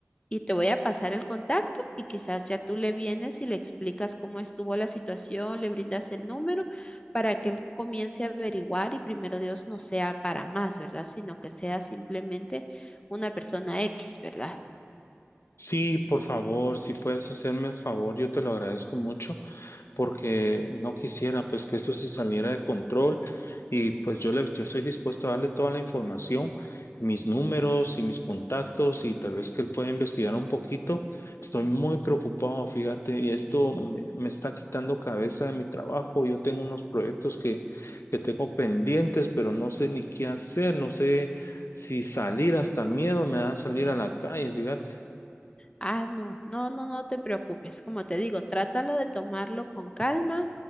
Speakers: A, on the left; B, on the left.
A: y te voy a pasar el contacto y quizás ya tú le vienes y le explicas cómo estuvo la situación, le brindas el número para que él comience a averiguar y primero Dios no sea para más, ¿verdad? Sino que sea simplemente una persona X, ¿verdad?
B: Sí, por favor, si puedes hacerme el favor, yo te lo agradezco mucho. porque no quisiera pues que eso se saliera de control y pues yo le, yo estoy dispuesto a darle toda la información, mis números y mis contactos y tal vez que él pueda investigar un poquito. Estoy muy preocupado, fíjate, y esto me, me está quitando cabeza de mi trabajo. Yo tengo unos proyectos que, que tengo pendientes, pero no sé ni qué hacer, no sé si salir, hasta miedo me da salir a la calle, fíjate.
A: Ah, no, no, no, no te preocupes. Como te digo, trátalo de tomarlo con calma.